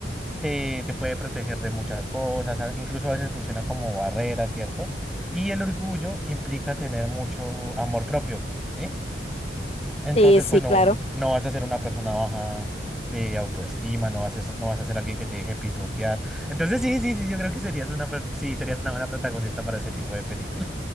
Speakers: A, in the centre; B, on the left.
A: te, te puede proteger de muchas cosas, a- incluso a veces funciona como barrera, ¿cierto? Y el orgullo implica tener mucho amor propio, ¿sí? Entonces,
B: Sí, sí,
A: pues no,
B: claro.
A: no vas a ser una persona baja de autoestima, no vas a, ser- no vas a ser alguien que te deje pisotear. Entonces, sí, sí, sí, yo creo que serías una, per- sí, serías una buena protagonista para ese tipo de película.